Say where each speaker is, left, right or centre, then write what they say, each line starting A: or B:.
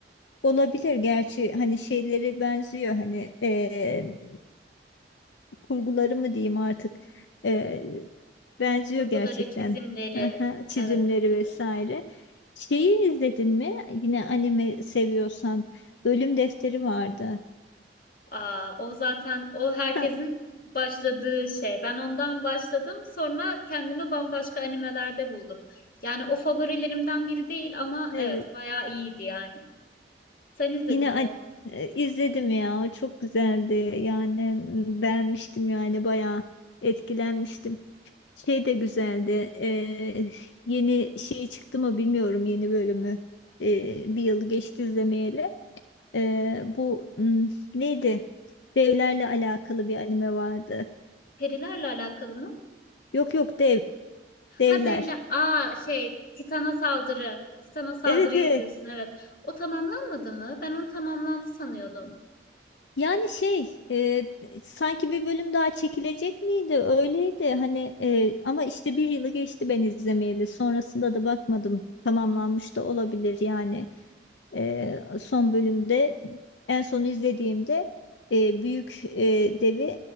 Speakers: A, on the left; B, on the left.
A: Olabilir gerçi hani şeyleri benziyor hani e, kurguları mı diyeyim artık e, benziyor
B: Kurguları,
A: gerçekten.
B: çizimleri.
A: Aha, Çizimleri
B: Evet, evet.
A: vesaire. Şeyi izledin mi? Yine anime seviyorsan Ölüm Defteri vardı.
B: Aa, o zaten o herkesin
A: Ha,
B: başladığı şey. Ben ondan başladım. Sonra kendimi bambaşka animelerde buldum. Yani o favorilerimden biri değil ama
A: evet.
B: evet bayağı iyiydi yani. Sen izledin
A: Yine an-
B: mi onu?
A: e, izledim ya. O çok güzeldi. Yani m, beğenmiştim yani bayağı etkilenmiştim. Şey de güzeldi. e, yeni şey çıktı mı bilmiyorum yeni bölümü. E, bir yıl geçti izlemeyeli. Ee, bu hmm, neydi? Devlerle alakalı bir anime vardı.
B: Perilerle alakalı mı?
A: Yok yok dev, devler.
B: Ha devlet. Aa şey Titan'a saldırı. Titan'a saldırıyı
A: Evet evet.
B: diyorsun evet. O tamamlanmadı mı? Ben onu tamamlandı sanıyordum.
A: Yani şey e, sanki bir bölüm daha çekilecek miydi? Öyleydi hani e, ama işte bir yılı geçti ben izlemeyeli. Sonrasında da bakmadım. Tamamlanmış da olabilir yani. E, son bölümde en son izlediğimde e, büyük e, devi